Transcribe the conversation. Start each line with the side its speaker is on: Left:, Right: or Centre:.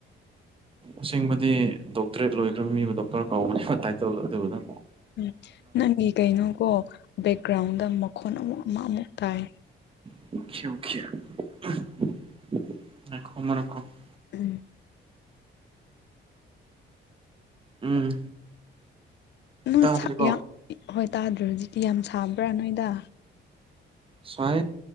Right: ꯑꯁꯦꯡꯕꯗꯤ ꯗꯣꯛꯇꯔꯦꯠ ꯂꯣꯏꯈ꯭ꯔꯕ ꯃꯤꯕꯨ ꯗꯣꯛꯇꯔ ꯀꯥꯎꯕꯅꯤ ꯇꯥꯏꯇꯜ ꯑꯗꯨꯕꯨꯅ꯫
Left: ꯎꯝ ꯅꯪꯒꯤ ꯀꯩꯅꯣꯒꯣ ꯕꯦꯛꯒ꯭ꯔꯥꯎꯟꯗ ꯃꯈꯣꯟ ꯑꯃꯨꯛ ꯑꯃ ꯑꯃꯨꯛ ꯇꯥꯏ꯫
Right: <unintelligible>
Left: ꯎꯝ꯫
Right: ꯎꯝ꯫
Left: ꯅꫭ
Right: ꯇꯥꯗ꯭ꯔꯦꯀꯣ
Left: ꯁꯥ ꯌꯥ ꯍꯣꯏ ꯇꯥꯗ꯭ꯔꯦ ꯍꯧꯖꯤꯛꯇꯤ ꯌꯥꯝ ꯁꯥꯕ꯭ꯔꯥ ꯅꯣꯏꯗ꯫
Right: ꯁꯥꯏ